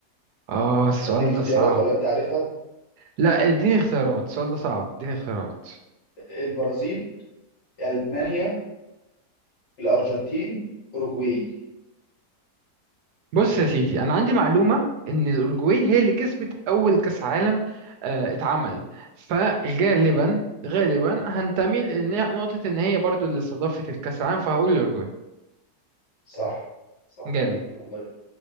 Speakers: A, on the right (about 75°); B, on the left (about 85°).
A: اه السؤال
B: اديك اختيارات
A: ده صعب
B: ولا انت عارفها
A: لا اديني اختيارات السؤال ده صعب اديني اختيارات
B: آه، البرازيل المانيا الارجنتين اوروجواي
A: بص يا سيدي انا عندي معلومه ان الاورجواي هي اللي كسبت اول كاس عالم آه، اتعمل فغالبا غالبا هنتمي لنقطه ان هي برضو اللي استضافت الكاس العالم فهقول الاورجواي
B: صح صح
A: جامد
B: جدا الله ينور